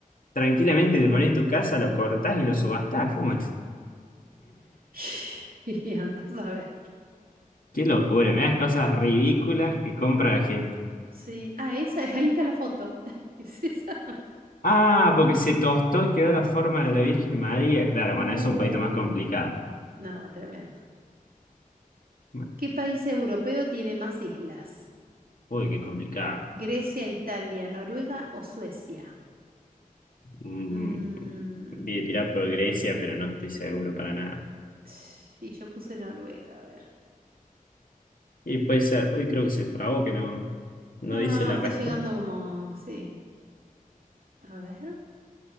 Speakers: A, on the left; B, on the right.
A: tranquilamente te pones en tu casa, lo cortás y lo subastás. ¿Cómo es?
B: <laughs> Y andás a ver.
A: Qué locura, me das cosas ridículas que compra la gente.
B: Sí, ah, esa, ahí está la foto. <laughs> ¿Es esa?
A: Ah, porque se tostó y quedó la forma de la Virgen María. Claro,
B: Uh,
A: bueno, eso es un poquito más complicado.
B: no, tremendo.
A: Bueno,
B: ¿Qué país europeo tiene más islas?
A: Uy, qué complicado.
B: ¿Grecia, Italia, Noruega o Suecia?
A: Mm,
B: Mm,
A: voy a tirar por Grecia, pero no estoy seguro para nada.
B: sí, yo puse Noruega, a ver.
A: Y puede ser, uy, creo que se trabó, que no, no
B: No,
A: dice
B: no,
A: la
B: no, está
A: respuesta.
B: llegando como, sí. A ver.